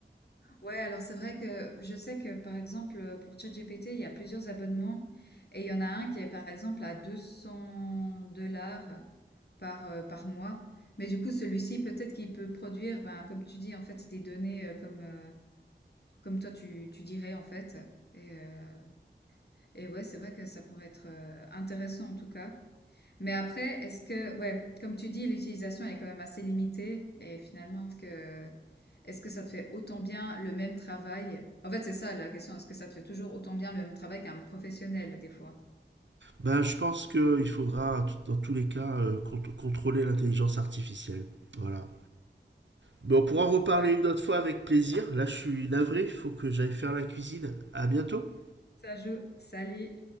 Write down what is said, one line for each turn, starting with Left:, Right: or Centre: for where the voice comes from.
Left: Ouais, alors c'est vrai que je sais que, par exemple, pour ChatGPT, il y a plusieurs abonnements et il y en a un qui est, par exemple, à 200$. par, euh, par mois. Mais du coup, celui-ci, peut-être qu'il peut produire, ben, comme tu dis, en fait, des données euh, comme, euh, comme toi, tu, tu dirais, en fait. Et, euh, et ouais, c'est vrai que ça pourrait être euh, intéressant en tout cas. Mais après, est-ce que, ouais, comme tu dis, l'utilisation elle est quand même assez limitée. Et finalement, est-ce que, est-ce que ça te fait autant bien le même travail? En fait, c'est ça la question. Est-ce que ça te fait toujours autant bien le même travail qu'un professionnel des fois?
Right: Bah, je pense qu'il faudra, t- dans tous les cas, euh, cont- contrôler l'intelligence artificielle. Voilà. Bon, on pourra en reparler
Left: Ouais,
Right: une autre fois avec plaisir. Là, je suis navré, il faut que j'aille faire la cuisine. À bientôt.
Left: ça joue. Salut.